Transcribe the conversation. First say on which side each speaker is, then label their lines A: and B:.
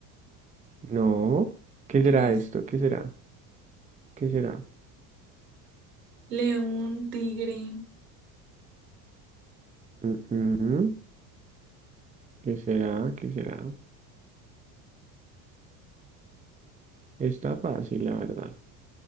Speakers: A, on the right; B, on the right.
A: No, ¿qué
B: que
A: será
B: es
A: esto? ¿Qué será? ¿Qué será?
B: león, tigre,
A: Mm, mm, ¿Qué será? ¿Qué será? Está fácil, la verdad.